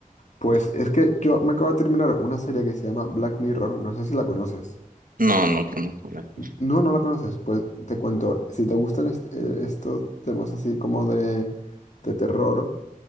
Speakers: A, on the left (about 55°); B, on the right (about 75°).
A: Pues es que yo me acabo de terminar una serie que se llama Black Mirror, no sé si la conoces.
B: No, no conozco la persona.
A: No, no la conoces. Pues te cuento, si te gustan est- eh, estos temas así como de, de terror,